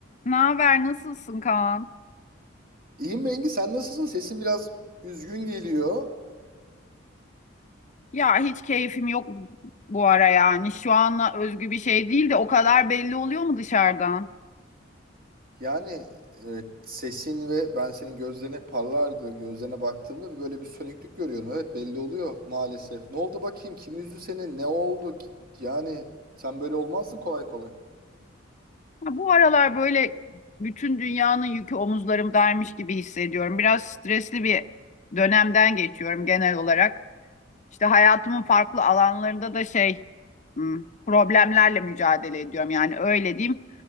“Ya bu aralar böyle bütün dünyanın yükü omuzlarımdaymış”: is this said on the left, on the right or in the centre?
Left